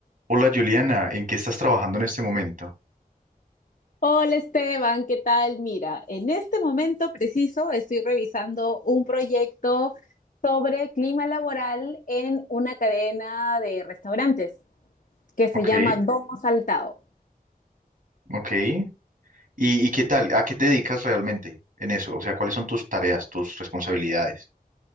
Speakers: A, on the right (about 60°); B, on the left (about 55°).
A: Hola Juliana, ¿en qué estás trabajando en este momento?
B: Hola Esteban, ¿qué tal? Mira, en este momento preciso estoy revisando un proyecto sobre clima laboral en una cadena de restaurantes que se
A: Ok,
B: llama Domo Saltado.
A: ok. ¿Y, y qué tal? ¿A qué te dedicas realmente en eso? O sea, ¿cuáles son tus tareas, tus responsabilidades?